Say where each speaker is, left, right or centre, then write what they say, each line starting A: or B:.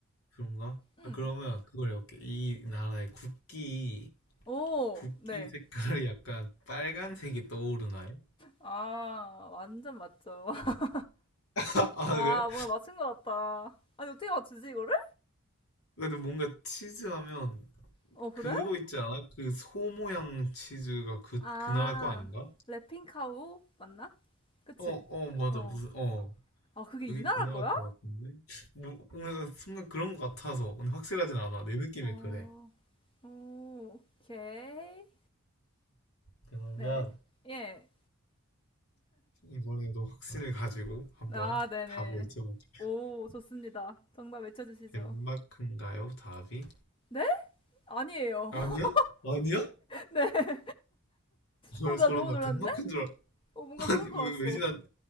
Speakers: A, on the left (about 80°); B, on the left (about 25°).
A: 그런가?
B: 응.
A: 아, 그러면 그걸 해볼게. 이 나라의 국기,
B: 오,
A: 국기
B: 네.
A: 색깔이 약간 빨간색이 떠오르나요?
B: 아, 완전 맞죠. <laughs>
A: <laughs> 아,
B: 아,
A: 그래?
B: 뭔가 맞춘 것 같다. 아니, 어떻게 맞추지, 이거를?
A: 근데 뭔가 치즈 하면
B: 어, 그래?
A: 그거 있지 않아? 그 소 모양 치즈가 그,
B: 아,
A: 그 나라 거 아닌가?
B: 래핑카우 맞나? 그치?
A: 어, 어, 맞아.
B: 어.
A: 무슨, 어.
B: 아, 그게
A: 그게
B: 이 나라
A: 그 나라
B: 거야?
A: 것 같은데? 뭐, 뭔가 순간 그런 것 같아서. 근데 확실하진 않아. 내 느낌이
B: 어,
A: 그래.
B: 오, 오케이.
A: 그러면
B: 네. 예.
A: 이번에도 확신을 가지고 한번
B: 아, 네네.
A: 답을 여쭤볼게.
B: 오, 좋습니다. 정답 외쳐주시죠.
A: 덴마크인가요? 답이?
B: 네? 아니에요.
A: 아니야?
B: <laughs>
A: 아니야?
B: 네.
A: 헐,
B: 오, 나
A: 소름
B: 너무
A: 나
B: 놀랐네.
A: 덴마크인 줄 알...
B: 어, 뭔가
A: <laughs>
B: 소름
A: 아니, 왜,
B: 돋았어.
A: 왜지? 난,